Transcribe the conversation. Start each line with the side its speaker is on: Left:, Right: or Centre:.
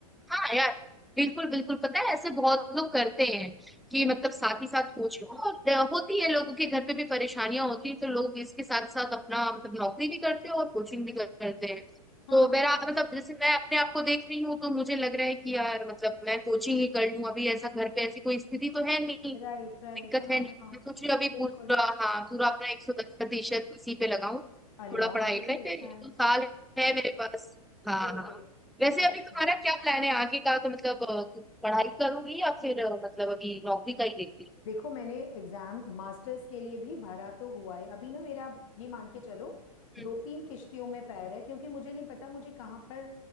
Centre: हाँ यार बिल्कुल बिल्कुल पता है ऐसे बहुत लोग करते हैं कि
Left: हम्म
Centre: मतलब साथ ही साथ कोचिंग और अ, होती है लोगों के घर पे भी परेशानियां होती हैं तो लोग इसके साथ साथ अपना मतलब नौकरी भी करते हैं और कोचिंग भी करते हैं
Left: हाँ
Centre: तो मेरा मतलब जैसे मैं अपने आप को देख रही हूँ तो मुझे लग रहा है कि यार मतलब मैं कोचिंग ही कर लूँ अभी ऐसा घर पे ऐसी कोई स्थिति तो है नहीं
Left: राइट राइट
Centre: दिक्कत
Left: हाँ right, right,
Centre: है नहीं
Left: हाँ हाँ
Centre: मैं सोच रही हूँ अभी
Left: बिल्कुल
Centre: पूरा हाँ पूरा अपना एक सौ दस प्रतिशत इसी पे लगाऊं
Left: अरे
Centre: थोड़ा
Left: वाह
Centre: पढ़ाई
Left: ये
Centre: पे
Left: भी अच्छा
Centre: ये
Left: है
Centre: तो साल है मेरे पास हाँ
Left: ओके
Centre: हाँ वैसे
Left: अच्छा
Centre: अभी तुम्हारा क्या प्लान है आगे का तो मतलब अ, पढ़ाई करूंगी या फिर अ, मतलब अभी नौकरी का ही देख रही हूँ
Left: देखो मैंने एग्जाम मास्टर्स के लिए भी भरा तो हुआ है अभी ना मेरा ये मान के चलो
Centre: हम्म,
Left: दो तीन किश्तियों में पैर है क्योंकि मुझे नहीं पता मुझे कहाँ पर